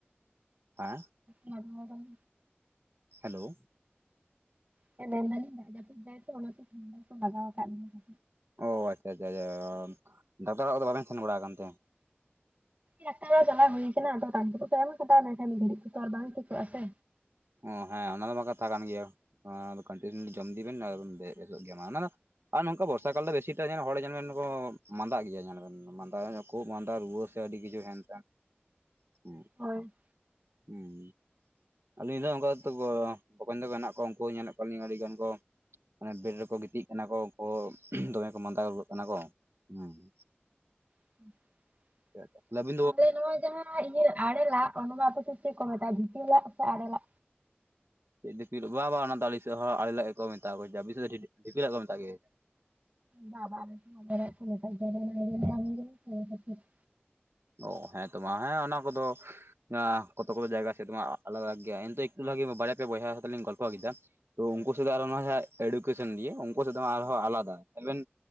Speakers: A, on the right; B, on the right.
A: <unintelligible>
B: ᱱᱚᱫᱢᱚᱨᱚ <unintelligible>
A: ᱦᱮᱞᱳ᱾
B: ᱦᱮᱸ ᱢᱮᱱᱫᱟᱞᱤᱧ ᱫᱟᱜ ᱡᱟᱹᱯᱩᱮᱫᱟᱭ ᱛᱚ ᱚᱱᱟᱛᱮ <inaudible> ᱠᱚ ᱞᱟᱜᱟᱣ ᱟᱠᱟᱫ ᱞᱤᱧᱟ᱾
A: ᱚ ᱟᱪᱪᱷᱟ-ᱟᱪᱪᱷᱟ-ᱟᱪᱷᱟ ᱰᱟᱠᱛᱟᱨ ᱚᱲᱟᱜ ᱠᱚᱫᱚ ᱵᱟᱵᱤᱱ ᱯᱷᱳᱱ ᱵᱟᱲᱟ ᱠᱟᱱ ᱛᱮ?
B: ᱰᱟᱠᱛᱟᱨ ᱚᱲᱟ ᱪᱟᱞᱟ ᱦᱩᱭ ᱠᱟᱱᱟ ᱟᱫᱚ ᱨᱟᱱ ᱠᱚᱫᱚ ᱠᱚ ᱮᱢ ᱠᱟᱫᱟ ᱢᱮᱱᱠᱷᱟᱱ ᱱᱤᱫ ᱛᱮᱫᱚ ᱟᱨ ᱵᱟᱝ ᱴᱷᱤᱠᱚᱜ-ᱟ ᱥᱮ᱾
A: ᱚ ᱦᱮᱸ ᱚᱱᱟ ᱫᱚ ᱢᱟ ᱠᱟᱛᱷᱟ ᱠᱟᱱ ᱜᱮᱭᱟ, ᱟᱨ ᱠᱚᱴᱤᱱᱤᱭᱩ ᱡᱚᱢ ᱤᱫᱤ ᱵᱤᱱ ᱟᱫᱚ ᱵᱤᱱ ᱵᱮ ᱵᱮᱥᱚᱜ ᱜᱮᱭᱟ ᱚᱱᱟ ᱫᱚ ᱟᱨ ᱱᱚᱝᱠᱟ ᱵᱚᱨᱥᱟ ᱠᱟᱞ ᱫᱚ ᱵᱮᱥᱤᱴᱟᱜ ᱡᱮᱱ ᱦᱚᱲ ᱡᱮᱱ-ᱢᱮᱱ ᱠᱚ ᱢᱟᱸᱫᱟᱜ ᱜᱮᱭᱟ ᱡᱮᱱ-ᱢᱮᱱ ᱢᱟᱸᱫᱟ ᱠᱷᱳᱜ ᱢᱟᱸᱫᱟ ᱨᱩᱣᱟᱹ ᱥᱮ ᱟᱹᱰᱤ ᱠᱤᱪᱷᱩ ᱦᱮᱱ ᱛᱮᱱ, ᱦᱮᱸ
B: ᱦᱳᱭ᱾
A: ᱦᱩᱸ, ᱟᱹᱞᱤᱧ ᱫᱚ ᱚᱱᱠᱟ ᱛᱚ ᱜᱚ, ᱵᱚᱠᱚᱸᱧ ᱛᱟᱠᱚ ᱦᱮᱱᱟᱜ ᱠᱚᱣᱟ ᱩᱱᱠᱩ ᱧᱮᱞᱮᱫ ᱠᱚᱣᱟ ᱞᱤᱧ ᱟᱹᱰᱤ ᱜᱟᱱ ᱠᱚ ᱚᱱᱮ ᱵᱮᱴ ᱨᱮᱠᱚ ᱜᱤᱛᱤᱡ ᱠᱟᱱᱟ ᱠᱚ ᱩᱱᱠᱩ, ᱫᱚᱢᱮ ᱠᱚ ᱢᱟᱸᱫᱟ ᱜᱚᱜ ᱠᱟᱱᱟ ᱠᱚ ᱦᱮᱸ᱾ <inaudible>
B: <inaudible>
A: <inaudible> ᱞᱟᱹᱵᱤᱫ
B: ᱟᱞᱮ ᱱᱚᱣᱟ ᱡᱟᱦᱟᱸ ᱤᱭᱟᱹ ᱟᱲᱮᱞᱟᱜ ᱚᱱᱟᱢᱟ ᱟᱯᱮᱥᱮᱫ ᱪᱮᱫ ᱠᱚ ᱢᱮᱛᱟᱜᱼᱟ ᱵᱷᱤᱛᱟᱹ ᱞᱟᱜ ᱥᱮ ᱟᱲᱮᱞᱟ?
A: ᱪᱮᱫ ᱫᱤᱯᱤᱞ ᱵᱟ ᱵᱟ ᱚᱱᱟ ᱫᱚ ᱟᱲᱮ ᱥᱮᱫ ᱦᱚᱸ ᱟᱲᱮ ᱞᱟᱜ ᱜᱮᱠᱚ ᱢᱮᱛᱟ ᱠᱚᱣᱟ ᱡᱟᱵᱤᱥᱮ <inaudible> ᱫᱤᱯᱤᱞᱟᱜ ᱠᱚ ᱢᱮᱛᱟᱜ ᱜᱮ᱾
B: ᱵᱟ ᱵᱟ ᱟᱨ ᱢᱮᱨᱚᱢ ᱤᱫᱤ <inaudible> <inaudible>
A: ᱚ ᱦᱮᱸ ᱛᱚ ᱢᱟ ᱦᱮᱸ ᱚᱱᱟ ᱠᱚᱫᱚ ᱟᱸ ᱠᱚᱛᱚ-ᱠᱚᱛᱚ ᱡᱟᱭᱜᱟ ᱥᱮᱫ ᱢᱟ ᱟᱞᱟᱜᱽ-ᱟᱞᱟᱜᱽ ᱜᱮᱭᱟ ᱮᱱᱛᱮ ᱮᱠᱴᱩ ᱞᱟᱜᱤ ᱵᱟᱨᱭᱟ ᱯᱭᱟ ᱵᱚᱭᱦᱟᱜ ᱥᱟᱛᱮ ᱞᱤᱧ ᱜᱚᱞᱯᱚ ᱠᱮᱫᱟ᱾ ᱛᱚ ᱩᱱᱠᱩ ᱥᱮᱫᱟ ᱟᱨ ᱱᱚᱣᱟ ᱡᱟᱦᱟᱸ ᱮᱰᱩᱠᱮᱥᱚᱱ ᱱᱤᱭᱮ ᱩᱱᱠᱩ ᱥᱮᱫ ᱢᱟ ᱟᱨᱦᱚᱸ ᱟᱞᱟᱫᱟ ᱟᱵᱮᱱ